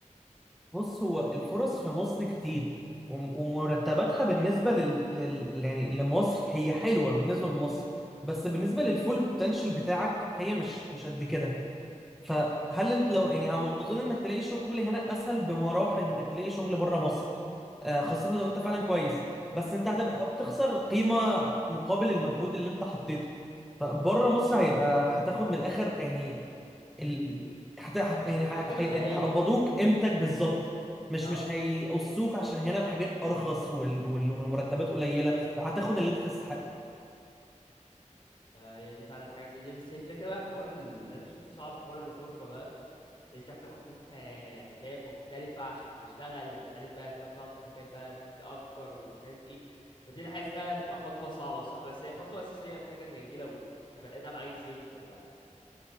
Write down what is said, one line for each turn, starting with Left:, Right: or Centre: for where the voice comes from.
Centre: بص هو الفرص في مصر كتير وم- ومرتباتها بالنسبه لل... لل... يعني لمصر هي حلوه بالنسبه لمصر بس بالنسبه للفول بوتنشال بتاعك هي مش مش قد كده فهل انت لو يعني أنا اظن انك تلاقي شغل هنا اسهل بمراحل من انك تلاقي شغل بره مصر
Left: اكيد اكيد
Centre: آه، خاصة لو انت فعلا كويس بس انت هتبقى بتخسر قيمة مقابل المجهود اللي انت حطيته فبره مصر هيبقى هتاخد من الاخر يعني ال... هت... هت... يعني
Left: ال-
Centre: ه-
Left: القيمة
Centre: هي...
Left: الحقيقية
Centre: هيقبضوك قيمتك بالظبط مش
Left: اه
Centre: مش هيقصوك عشان هنا الحاجات ارخص وال... وال... والمرتبات قليلة لا هتاخد اللي انت تستحقه
Left: فهي دي فعلا حاجه زي دي بس هي الفكره بقى في حوار اللي انا شايفه صعب حوار الغربه بقى اللي انت هتروح حته يعني فاهم مختلفه عشان تشتغل ومش عارف بقى تروح تقعد في مكان بقى تأجر ومش عارف ايه فدي انا حاسس انها هتبقى خطوه صعبه الصراحه بس هي خطوه اساسيه في حاجه زي دي لو كبني ادم عايز يكبر يعني